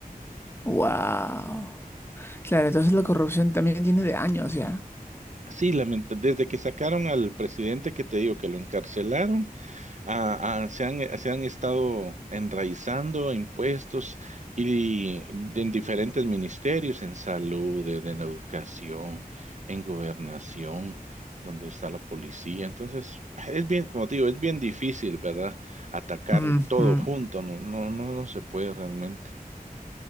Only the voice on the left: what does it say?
Wow. Claro, entonces la corrupción también tiene de años ya.
Ujú.